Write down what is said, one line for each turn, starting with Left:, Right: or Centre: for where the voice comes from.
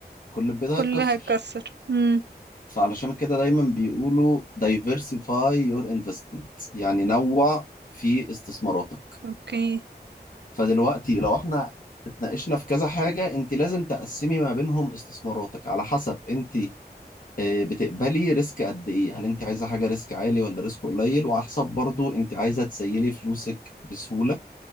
Left: كل البيت هيتكسر
Right: كله هيتكسر امم
Left: فعلشان كده دايما بيقولوا diversify your investment يعني نوع في استثماراتك
Right: اوكي
Left: فدلوقتي لو احنا اتناقشنا في كذا حاجة انت لازم تقسمي ما بينهم استثماراتك على حسب انت آه، بتقبلي ريسك قد ايه هل انت عايزة حاجة ريسك عالي ولا ريسك قليل وعلى حسب برضو انت عايزة تسيلي فلوسك بسهولة